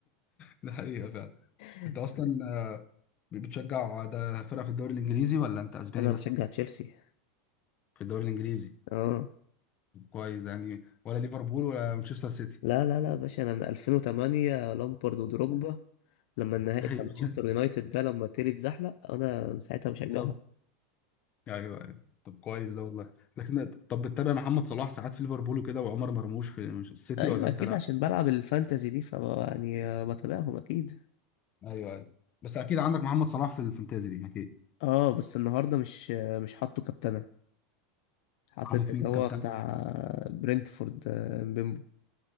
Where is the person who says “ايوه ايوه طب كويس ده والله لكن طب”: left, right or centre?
Left